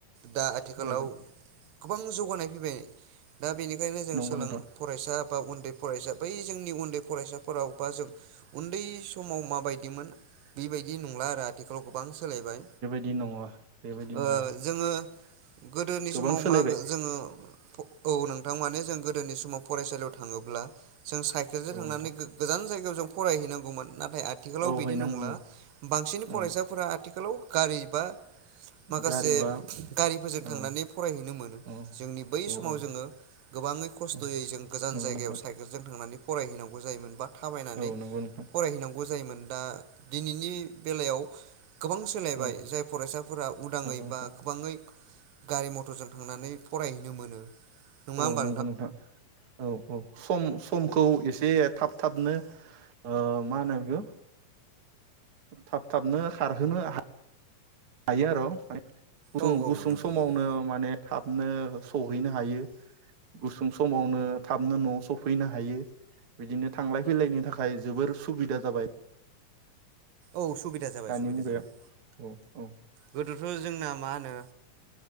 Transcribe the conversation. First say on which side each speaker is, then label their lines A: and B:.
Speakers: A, on the right; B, on the right.
A: दा आथिखालाव
B: सोलायबाय
A: <unintelligible> गोबां जौगानाय फैबाय दा बेनिखायनो जों
B: नंगौ
A: सोलों
B: नोंथां
A: फरायसा बा उन्दै फरायसा बै जोंनि उन्दै फरायसाफोराव बा जों उन्दै समाव माबायदिमोन। बेबायदि नंला आरो आथिखालाव गोबां सोलायबाय
B: बिदि नंला बेबायदि नंला।
A: ओ <unintelligible> गोदोनि
B: गोबां
A: समाव
B: सोलायबाय
A: मागो जोङो औ नोंथां माने जों गोदोनि समाव फरायसालियाव थाङोब्ला जों साइकेल जो
B: औ
A: थांनानै
B: नोंथां
A: गोजान जायगायाव <unintelligible> फरायहैनांगौमोन। नाथाय आथिखालाव
B: औ
A: बिदि
B: हैनांगौमोन
A: नंला बांसिन फरायसाफोरा
B: औ
A: आथिखालाव गारि <unintelligible> माखासे
B: गारिबा
A: गारिफोरजों
B: ओ
A: थांनानै फरायहैनो मोनो
B: औ
A: जोंनि बै
B: औ
A: समाव
B: औ
A: जोङो गोबाङै खस्थयै
B: औ
A: जों गोजान
B: नंगौ
A: जायगायाव
B: नोंथां
A: साइकेलजों थांनानै फरायहैनांगौ जायोमोन बा थाबायनानै
B: औ नंगौ नोंथां
A: फरायहैनांगौ जायोमोन दा दिनैनि बेलायाव गोबां सोलायबाय
B: औ
A: जाय फरायसाफोरा उदाङै
B: नंगौ नोंथां
A: बा गोबाङै गारि मथरजों थांनानै फरायहैनो मोनो नङा
B: औ
A: होमबा
B: नंगौ नोंथां औ औ। थाब थाबनो ओ मा होनो बिखौ थाब थाबनो खारहोनो हा हायो आर <unintelligible> <unintelligible>
A: औ औ
B: गुसुं
A: नंगौ
B: समावनो
A: नंगौ
B: माने थाबनो सहैनो हायो गुसुं सु समावनो थाबनो न'आव सफैनो हायो बिदिनो थांलाय फैलायनि थाखाय जोबोर सुबिदा जाबाय
A: औ सुबिदा जाबाय
B: दानि
A: सुबिदा
B: मुगायाव
A: जाबाय
B: औ औ
A: गोदोथ' जोंना मा होनो